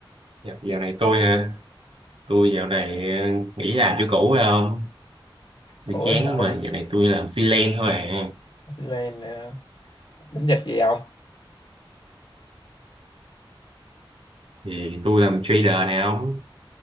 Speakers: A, on the right (about 80°); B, on the left (about 65°).
A: Dạ, dạo này tôi ha tôi dạo này ờ, nghỉ làm chỗ cũ phải không tôi
B: ủa
A: chán
B: sao
A: lắm mà dạo này tôi làm freelance thôi à
B: này đến giờ gì không
A: thì tôi làm trader nè ông